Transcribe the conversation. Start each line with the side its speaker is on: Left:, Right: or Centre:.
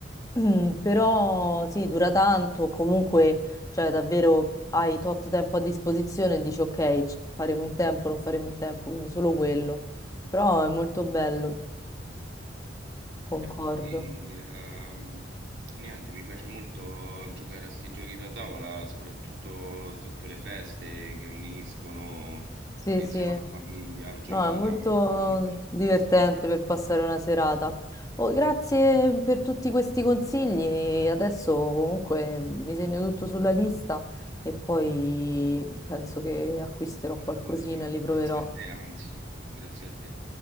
Left: Mm, però sì, dura tanto, comunque, cioè davvero hai tot tempo a disposizione e dici ok, ci- faremo in tempo, non faremo in tempo, quindi solo quello. Però è molto bello, concordo.
Right: E poi, ehm, niente, mi piace molto giocare a sti giochi da tavola, soprattutto sotto le feste che uniscono,
Left: Sì,
Right: stai
Left: sì,
Right: insieme alla famiglia, al gioco
Left: no, è
Right: da
Left: molto
Right: tavola, unisce spesso,
Left: divertente per passare una serata. Oh, grazie per tutti questi consigli. Adesso comunque mi segno tutto sulla lista e poi penso che acquisterò qualcosina,
Right: figurati,
Left: li proverò.
Right: grazie a te, anzi, grazie a te.